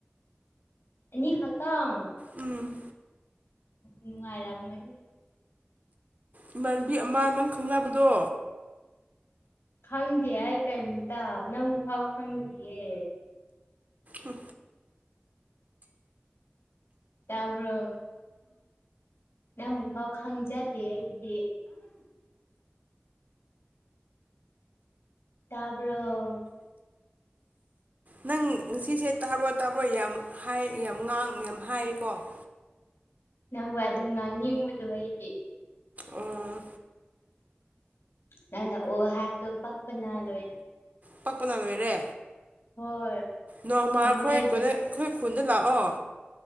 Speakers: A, on the left; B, on the right.
A: ꯅꯤ ꯈꯇꯝ
B: ꯎꯝ
A: ꯎꯝ ꯑꯔꯝ ꯑꯣꯏꯣꯏꯅꯦ
B: ꯏꯃꯥꯟꯕꯤ ꯑꯃ ꯅꯪ ꯈꯪꯅꯕꯗꯣ
A: ꯈꯪꯗꯦ ꯍꯥꯏ ꯀꯔꯤꯝꯇ ꯅꯪ ꯐꯥꯎ ꯈꯪꯈꯤꯌꯦ
B: ꯑ
A: ꯇꯕ꯭ꯔꯣ ꯅꯪꯕꯨꯐꯥꯎ ꯈꯪꯖꯗꯦꯗꯤ ꯇꯥꯔꯕ
B: ꯅꯪ ꯁꯤꯁꯦ ꯇꯥꯔꯣ ꯇꯥꯕ꯭ꯔꯣ ꯌꯥꯝ ꯍꯥꯏ ꯌꯥꯝ ꯉꯥꯡ ꯌꯥꯝ ꯍꯥꯏꯌꯦꯀꯣ <inaudible>
A: ꯅꯧꯕ ꯑꯗꯨꯝ ꯉꯥꯡꯅꯤꯡꯕꯗꯣ ꯑꯩꯗꯤ
B: ꯑꯣ
A: ꯅꯪ ꯅ ꯑꯣ ꯍꯥꯏꯕꯗꯣ ꯄꯛꯄꯅ ꯂꯣꯏꯔꯦ
B: ꯄꯛꯄꯅ ꯂꯣꯏꯔꯦ
A: ꯍꯣꯏ
B: ꯅꯣꯡꯃꯈꯣꯏ
A: ꯊꯃꯣꯏꯒ
B: ꯀꯈ ꯈꯨꯟꯗ ꯂꯥꯛꯑꯣ